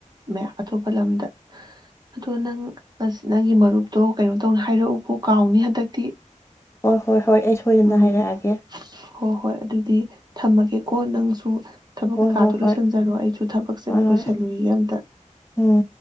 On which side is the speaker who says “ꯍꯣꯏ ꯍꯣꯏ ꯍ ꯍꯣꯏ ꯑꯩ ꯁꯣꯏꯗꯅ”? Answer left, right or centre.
Left